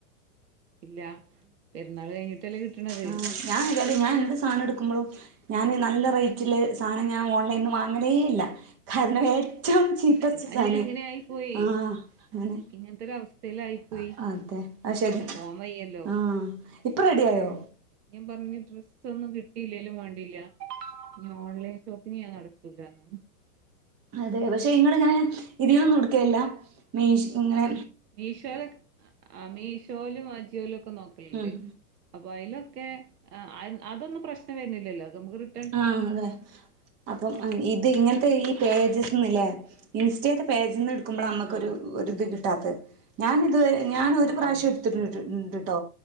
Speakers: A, on the right; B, on the right.
A: ഇല്ല പെരുന്നാൾ കഴിഞ്ഞിട്ടല്ലേ കിട്ടണത്
B: ആഹ് ഞാൻ വിചാരിക്കും ഞാൻ എന്ത്‌ സാനം എടുക്കുമ്പോഴും ഞാന് നല്ല റേറ്റില് സാനം ഞാൻ ഓൺലൈനിന്ന് വാങ്ങലേ ഇല്ല കാരണം ഞാൻ ഏറ്റം ചീത്ത ച്ചി
A: അയിനിത്
B: സാധന
A: ഇങ്ങനെ ആയി പോയേ
B: ആഹ് അങ്ങനെ
A: ഇങ്ങനത്തെ ഒരു അവസ്ഥയിലായി പോയി
B: അ അതെ ആ ശരി
A: പോവാൻ വയ്യല്ലോ
B: ആഹ് ഇപ്പൊ റെഡി ആയോ
A: <unintelligible> പറഞ്ഞ ഡ്രസ്സ്‌ ഒന്നും കിട്ടിയില്ലെലും വേണ്ടില്ല ഇനി ഓൺലൈൻ ഷോപ്പിങ് ഞാൻ നടത്തുലാന്ന്
B: അതെ പക്ഷെ ഇങ്ങളിങ്ങനെ ഇതിന്നൊന്നും എടുക്കലില്ല മീശ് ഇങ്ങനെ
A: മീഷോലൊക് ആഹ് മീഷോലും അജിയോലുംക് ക്കെ നോക്കലുണ്ട്
B: ഉം
A: അപ്പൊ അയ്ലൊക് ക്കെ <unintelligible> അതൊന്നും പ്രശ്നം വരണില്ലല്ലോ അത് നമക്ക് റിട്ട്
B: ആഹ അതെ അപ്പം ഇത് ഇങ്ങനത്തെ ഈ പേജസ്ന്നല്ലേ ഇൻസ്റ്റത്തെ പേജ്ന്ന് ക്കുമ്പോളാ നമ്മക്കൊരു
A: ആഹ്
B: ഇത് ട്ടത് ഞാൻ അത് ഞാനൊരു
A: ആഹ്
B: പ്രാവശ്യം
A: ആഹ്
B: എടുത്തിട്ട്ൺണ്ട് ട്ടോ